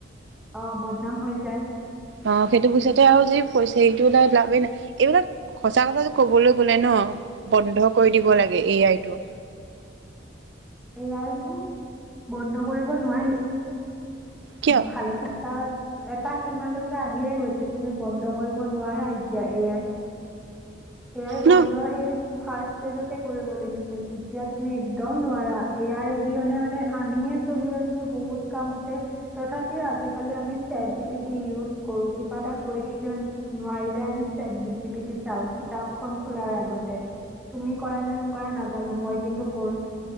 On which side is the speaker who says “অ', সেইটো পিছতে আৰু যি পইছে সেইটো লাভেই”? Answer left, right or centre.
Right